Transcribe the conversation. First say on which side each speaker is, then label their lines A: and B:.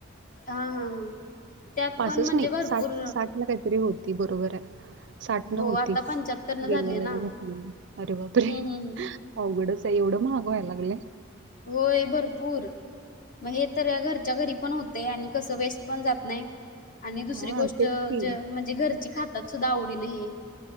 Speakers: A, on the left; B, on the right.
A: हां हां हां त्यात
B: पासष्ठ
A: पण म्हणजे
B: नाही
A: भरपूर
B: साठ साठ न काहीतरी होती बरोबर आहे. साठणं
A: हो
B: होती
A: आता पंच्याहत्तर न
B: गेल्या
A: झाले
B: वेळेला
A: ना
B: घेतलेली अरे बापरे
A: हम्म
B: हं.
A: हम्म
B: अवघडच आहे, एवढं महाग व्हाय लागलंयं.
A: होय भरपूर. मग हे तर घरच्या य घरी पण होतयं आणि कसं वेस्ट पण जात नाही. आणि
B: हा
A: दुसरी गोष्ट
B: तेच की
A: ज म्हणजे घरची खातात सुद्धा आवडीन हे.